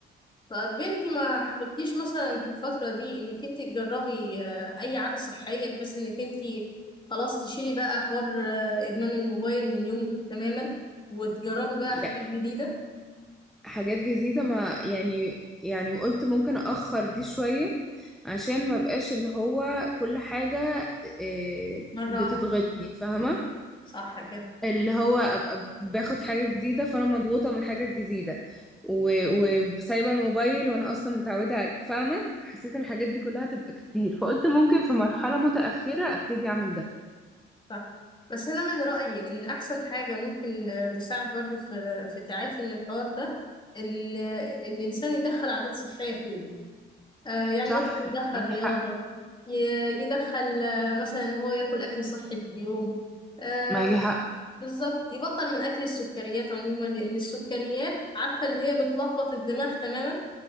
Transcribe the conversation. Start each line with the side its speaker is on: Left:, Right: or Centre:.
Left: طب بنتي ما حاولتيش مثلا في الفترة دي انك انت تجربي آه، اي عادة صحية بحيث انك انت خلاص تشيلي بقى حوار آه، ادمان الموبايل من يومك تماما وتجربي بقى
Centre: يع-
Left: حاجات جديدة
Centre: حاجات جديدة ما يعني يعني قلت ممكن اخر دي شوية عشان ما بقاش اللي هو كل حاجة إيه،
Left: مرة
Centre: بتضغطني
Left: واحدة
Centre: فاهمة
Left: صح كده
Centre: اللي هو ابقى باخد حاجه جديده فانا مضغوطه من الحاجه الجديده و- وسايبه الموبايل وانا اصلا متعوده عليه فاهمه حسيت ان الحاجات دي كلها هتبقى كتير فقلت ممكن في مرحله متاخره ابتدي اعمل ده
Left: صح بس انا من رأيي ان احسن حاجة ممكن آه، تساعد برضو في في التعافي من الحوار ده ان آه، الانسان يدخل عادات صحية في يومه آه، يعني
Centre: صح
Left: مثلا يدخل
Centre: معاكي
Left: رياضة
Centre: حق
Left: ي- يدخل آه، مثلا إن هو ياكل اكل صحي في اليوم آه،
Centre: معاكي حق
Left: بالظبط يبطل من اكل السكريات عموما لان السكريات عارفه اللي هي بتلخبط الدماغ تماما